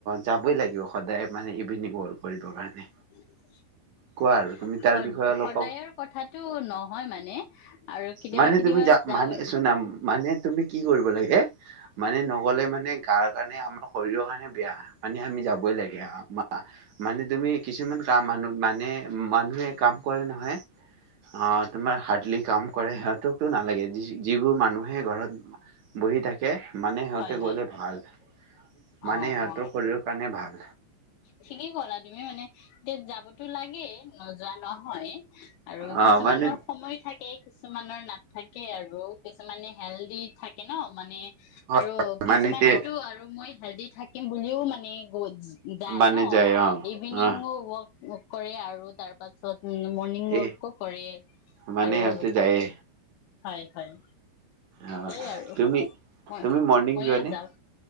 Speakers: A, on the right; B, on the left.
A: যাবই লাগিব সদায় মানে ইভিনিং ৱৰ্ক কৰিবৰ কাৰণে
B: স
A: কোৱা আৰু তুমি তাৰ বিষয়ে অলপ
B: সদায়
A: ক'ব
B: আৰু কথাটো নহয় মানে আৰু কেতিয়াবা
A: মানে
B: কেতিয়াবা
A: তুমি যা
B: যাওঁ
A: মানে চুনাম মানে তু- তুমি কি কৰিব লাগে মানে নগলে মানে গাৰ কাৰণে আমাৰ শৰীৰৰ কাৰণে বেয়া মানে আমি যাবই লাগে মানে তুমি কিছুমান কাম মানুহ মানে মানুহে কাম কৰে নহয় অ তোমাৰ হাৰ্ডলি কাম কৰে সিহঁতো- লাগে, যি যিবোৰ মানুহে ঘৰত বহি থাকে মানে সিহঁতে
B: হয় হয়
A: গ'লে ভাল। মানে
B: অ
A: সিহঁতৰ
B: অ,
A: শৰীৰৰ কাৰণে ভাল
B: ঠিকেই কলা তুমি মানে, এতিয়া যাবতো লাগেই, নোযোৱা নহয় আৰু
A: অ
B: কিছুমানৰ
A: মানে
B: সময় থাকে কিছুমানৰ নাথ থাকে আৰু, কিছুমানে হেলডি থাকে ন? মানে
A: হয়
B: আৰু কিছুমানেতো
A: মানে তে
B: আৰু মই হেল্ডি থাকিম বুলিও মানে গ'জ যায়
A: মানে
B: ন?
A: অ
B: ইভিনিং
A: অ
B: ৱক কৰে আৰু তাৰ পাছত উ মৰ্ণিং ৱাকো
A: এই
B: কৰে,
A: মানে
B: আৰু
A: সিহঁতে যায়ে
B: হয় হয়।
A: অ',
B: যায় আৰু
A: তুমি-
B: মই
A: তুমি মৰ্নিং
B: ময়ো
A: যোৱা নে?
B: যাওঁ